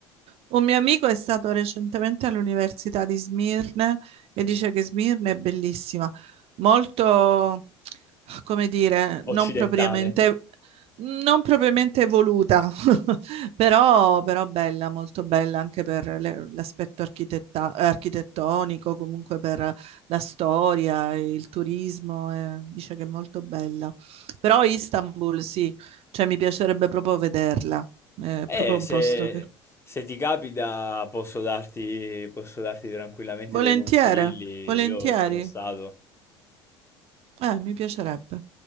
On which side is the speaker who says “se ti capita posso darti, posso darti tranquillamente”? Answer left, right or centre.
Left